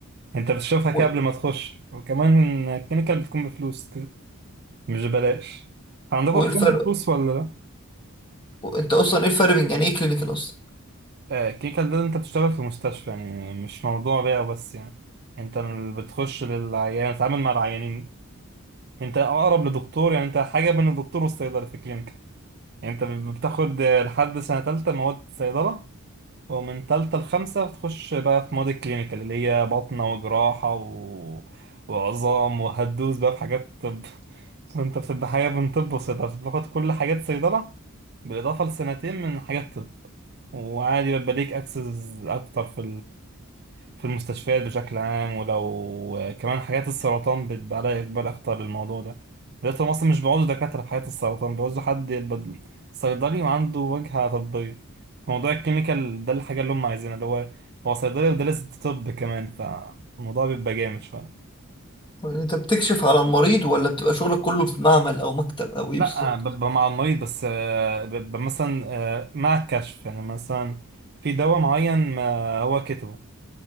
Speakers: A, on the right; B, on the left.
A: انت بتشوفها كده
B: و-
A: قبل ما تخش وكمان الكلينيكال بتكون بفلوس كده، مش ببلاش عندكم
B: وايه
A: اقسام
B: الفرق
A: بفلوس ولا لا؟
B: و- انت اصلا ايه الفرق بين يعني ايه كلينيكال اصلا
A: آه، الكلينيكال ده انت بتشتغل في مستشفى يعني مش موضوع بيع بس يعني انت اللي بتخش للعيان بتتعامل مع العيانين انت اقرب لدكتور يعني انت حاجه بين الدكتور والصيدلي في الكلينيك يعني انت بتاخد لحد سنه ثالثه مواد صيدله ومن ثالثه لخمسه بتخش بقى في مواد الكلينيكال اللي هي بطنه وجراحه و... وعظام وهتدوس بقى في حاجات طب <laughs> فانت بتبقى حاجه بين طب وصيدله بتاخد كل حاجات صيدله بالاضافه لسنتين من حاجات طب وعادي بيبقى ليك اكسس اكتر في في المستشفيات بشكل عام ولو كمان حالات السرطان بيبقى عليها إقبال أكتر للموضوع ده دلوقتي هم أصلا مش بيعوزوا دكاترة في حالات السرطان بيعوزوا حد يبقى صيدلي وعنده وجهة طبية موضوع الكيميكال ده الحاجة اللي هم عايزينها اللي هو هو صيدلي ودارس طب كمان فالموضوع بيبقى جامد شوية
B: يعني انت بتكشف على المريض ولا بتبقى شغلك كله في معمل او مكتب او ايه
A: لا
B: بالظبط
A: ببقى مع المريض بس آه، ببقى مثلا آه، مع الكشف يعني مثلا في دواء معين آه، هو كتبه